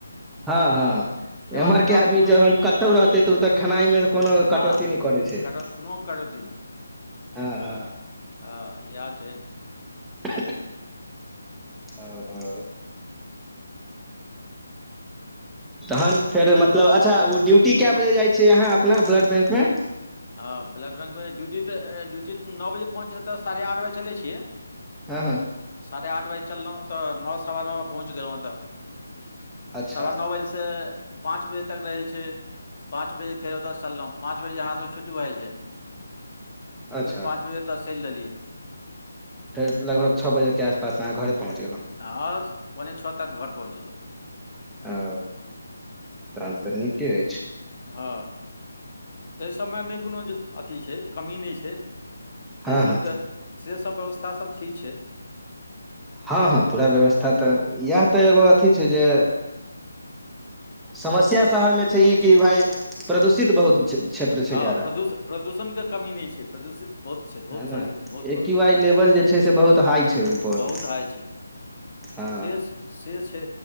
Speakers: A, in the centre; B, on the left (about 45°).
A: हँ हँ
B: खेबा
A: एम्हरके
B: पीबामे
A: आदमी
B: कोनो
A: जहन क कत्तौ रहतै तऽ ओ तऽ खेनाइ मेऽ कोनो
B: हँ
A: कटौती नहि करै छै
B: कटौत कोनो कटौती
A: हँ हँ
B: ह इएह छै
A: <inaudible> ह ह तहन फेर मतलब अच्छा ओ ड्यूटी कै बजे जाइ छियै अहाँ अपना ब्लड बैंक मे
B: हँ ब्लड बैंकमे ड्यूटी तऽ ड्यूटी नौ बजे पहुँचै त साढ़े आठ बजे चलै छियै
A: हँ हँ
B: साढ़े आठ बजे चलहुँ तऽ नौ सवा नौमे पहुँच गेलहुँ ओतऽ
A: अच्छा
B: सवा नौ बजे से पाँच बजे तक रहै छै पाँच बजे फेर ओतय सँ चललहुं पाँच बजे यहाँ स छुट्टी भऽ जाइ छै
A: अच्छा
B: तऽ पाँच बजे ओतय से चलि देलियै
A: फेर लगभग छौ बजे के आसपास अहाँ घरे पहुंच गेलहुँ
B: हँ पौने छौ तक घर पहुँचलौं
A: औ तहन तऽ नीके अछि
B: हँ ताहि सभमे नहि कोनो जे अथी छै कमी नहि छै ताहि
A: हँ
B: सभके
A: हँ
B: सेसभ व्यवस्था सभ ठीक छै
A: हँ हँ पूरा व्यवस्था तऽ इएह तऽ एगो अथी छै जे समस्या शहर मे छै ई कि भाय प्रदूषित बहुत क्षेत्र छै
B: हँ
A: ज्यादा
B: प्रदूष प्रदूषणके कमी नहि छै प्रदूषित बहुत छै बहुत
A: है ने
B: सरी बहुत
A: ए
B: भऽ
A: क्यू
B: गेल
A: आई
B: छै
A: लेवल जे से बहुत हाइ छै पर
B: बहुत हाइ छै
A: हँ
B: से से छै